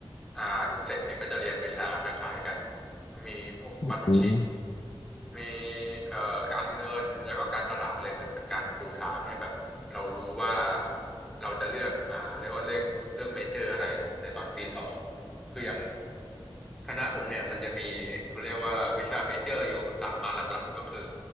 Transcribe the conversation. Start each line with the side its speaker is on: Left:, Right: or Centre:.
Centre: อ่าทุกเซกเนี่ยก็จะเรียนวิชาคล้ายๆกันมีพวกบัญชี
Left: อืม
Centre: มีเอ่อการเงินแล้วก็การตลาดเลยเหมือนเป็นการปูทางให้แบบเรารู้ว่าเราจะเลือกอ่าเรียกว่าเลือกเลือกเมเจอร์อะไรในตอนปีสองคืออย่างคณะผมเนี่ยมันจะมีเขาเรียกว่าวิชาเมเจอร์อยู่สามมาหลักๆก็คือ